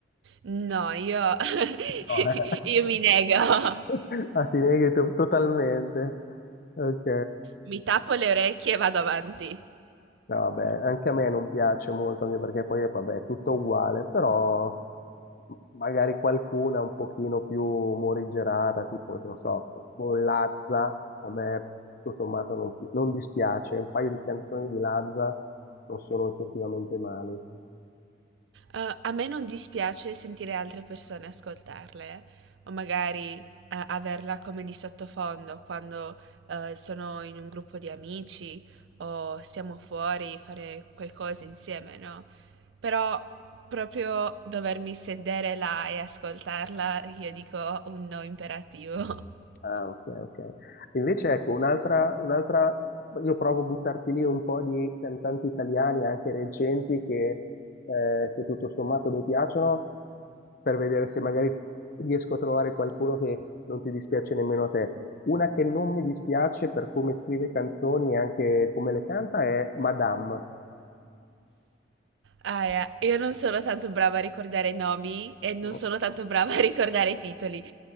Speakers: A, on the right (about 80°); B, on the left (about 50°).
A: No, io, <laughs>
B: No, eh.
A: io mi nego,
B: <laughs> Ah, ti neghi to- totalmente. Ok.
A: mi tappo le orecchie e vado avanti.
B: No, vabbè, anche a me non piace molto, anche perché poi, vabbè, è tutto uguale, però magari qualcuna un pochino più morigerata, tipo, non so, un Lazza, a me tutto sommato non, non dispiace. Un paio di canzoni di Lazza non sono effettivamente male.
A: Eh, a me non dispiace sentire altre persone ascoltarle, o magari eh, averla come di sottofondo quando eh, sono in un gruppo di amici o stiamo fuori, fare qualcosa insieme, no? Però proprio dovermi sedere là e ascoltarla, io dico un no imperativo. <laughs>
B: Ah, ok, ok. Invece ecco, un'altra, un'altra, io provo a buttarti lì un po' di cantanti italiani, anche recenti, che, eh, che tutto sommato mi piacciono, per vedere se magari riesco a trovare qualcuno che non ti dispiace nemmeno a te. Una che non mi dispiace per come scrive canzoni e anche come le canta è Madame.
A: Ah, eh, io non sono tanto brava a ricordare nomi e non
B: No.
A: sono tanto brava a ricordare i titoli.